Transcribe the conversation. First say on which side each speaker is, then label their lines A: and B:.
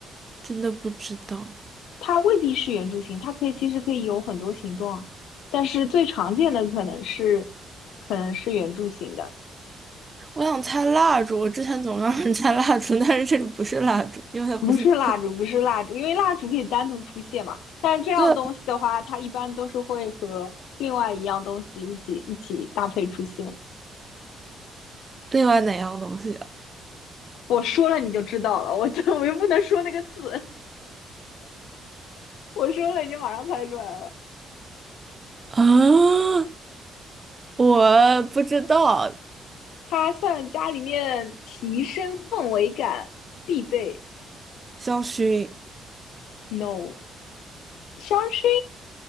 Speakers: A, on the right (about 30°); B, on the left (about 80°).
A: 真的不知道。
B: 它未必是圆柱形，它可以其实可以有很多形状啊，但是最常见的可能是可能是圆柱形的，
A: 我想猜蜡烛，我之前总让人猜蜡烛，但是这个不是蜡烛，因为它不是它。
B: 不是蜡烛，不是蜡烛，因为蜡烛可以单独出现嘛，但是这样东西的话，
A: 这
B: 它一般都是会和另外一样东西一起一起搭配出现。
A: 另外哪样东西啊？
B: 我说了你就知道了，我这 <laughs> 我又不能说那个字，<laughs> 我说了你就马上猜出来了。
A: 啊我不知道，
B: 它算家里面提升氛围感必备。
A: 香薰。
B: No，香薰，